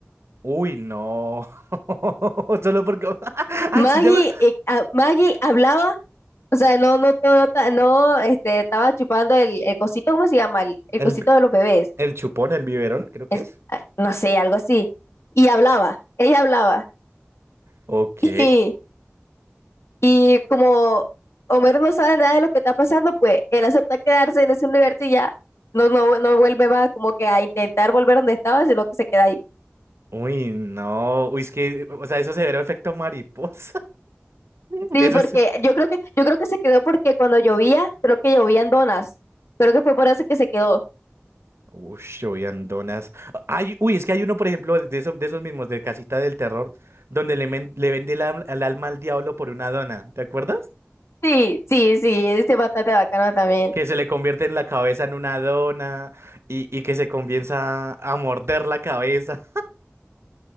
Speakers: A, on the right; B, on the left.
A: Uy, no. <laughs> Solo porque. <laughs> Ay,
B: Maggie,
A: sí, ya me-
B: eh, a- Maggie hablaba, o sea, no, no, no, no, no, este, estaba chupando el, el cosito, ¿cómo se llama? El, el
A: El,
B: cosito de los bebés.
A: el chupón, el biberón, creo
B: es-
A: que es.
B: ah, no sé, algo así. Y hablaba, ella hablaba. <laughs>
A: Ok.
B: Y, y como Homero no sabe nada de lo que está pasando, pues él acepta quedarse en ese universo y ya no, no, no vuelve más como que a intentar volver donde estaba, sino que se queda ahí.
A: Uy, no. Uy, es que. O sea, eso se ve efecto mariposa. <laughs>
B: Sí,
A: Eso
B: porque
A: es.
B: yo creo que, yo creo que se quedó porque cuando llovía, creo que llovían donas. Creo que fue por eso que se quedó.
A: Uy, uy, andonas. Ay, uy, es que hay uno, por ejemplo, de esos, de esos mismos, de Casita del Terror, donde le, men- le vende el, al- el alma al diablo por una dona. ¿Te acuerdas?
B: Sí, sí, sí, ese es bastante bacano también.
A: Que se le convierte en la cabeza en una dona y, y que se comienza a morder la cabeza.